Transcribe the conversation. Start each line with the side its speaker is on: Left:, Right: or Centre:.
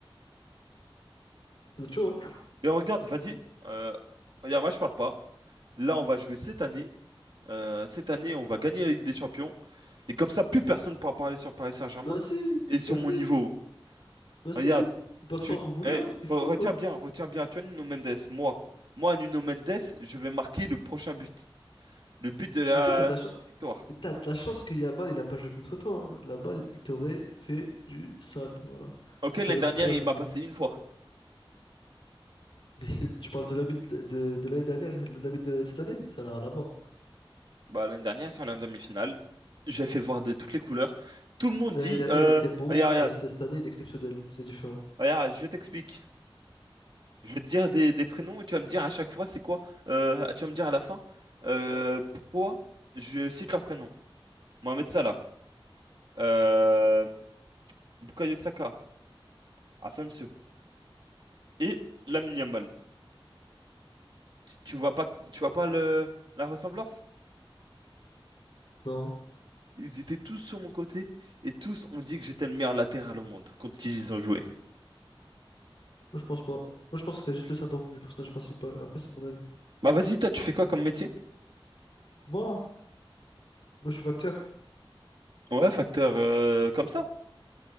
Left: Vous êtes chaud, hein?
Right: Mais regarde, vas-y. Euh, regarde, moi je parle pas. Là, on va jouer cette année. Euh, cette année, on va gagner la Ligue des Champions. Et comme ça, plus personne ne pourra parler sur Paris Saint-Germain
Left: Bah si,
Right: et sur
Left: bah
Right: mon
Left: si,
Right: niveau.
Left: bah si.
Right: Regarde,
Left: Barça,
Right: tu...
Left: on vous lave,
Right: eh,
Left: t'es fou,
Right: re- retiens
Left: quoi.
Right: bien, retiens bien. Tu vois, Nuno Mendes, moi. Moi, Nuno Mendes, je vais marquer le prochain but. Le but de la
Left: Mais tu sais que t'as de la chance.
Right: victoire.
Left: Mais t'as de la chance que Yamal, il a pas joué contre toi. Hein. Yamal, il t'aurait fait du sale, voilà.
Right: Ok,
Left: Il
Right: l'année
Left: t'aurait
Right: dernière,
Left: montré la
Right: il
Left: verrouille.
Right: m'a passé une fois.
Left: Mais <laughs> tu parles de l'ami de, de, de l'année dernière, l'ami de cette année, ça n'a rien à voir.
Right: Bah, l'année dernière, sur la demi-finale, j'ai fait voir de toutes les couleurs. Tout le monde
Left: L'année
Right: dit,
Left: dernière,
Right: euh,
Left: il était bon,
Right: regarde, regarde,
Left: mais cette cette année, il est exceptionnel. C'est différent.
Right: regarde, je t'explique. Je vais te dire des, des prénoms et tu vas me dire à chaque fois c'est quoi. Euh, tu vas me dire à la fin euh, pourquoi je cite leurs prénoms. Mohamed Salah, euh, Bukayo Saka, Asensio et Lamine Yamal. Tu, tu vois pas, tu vois pas le, la ressemblance?
Left: Non,
Right: Ils étaient tous sur mon côté et tous ont dit que j'étais le meilleur latéral au monde contre qui ils ont joué.
Left: moi je pense pas. Moi je pense que t'as juste le syndrome du personnage principal. Après, c'est mon avis.
Right: Bah vas-y, toi tu fais quoi comme métier?
Left: Moi, moi je suis facteur.
Right: Ouais, facteur euh, comme ça.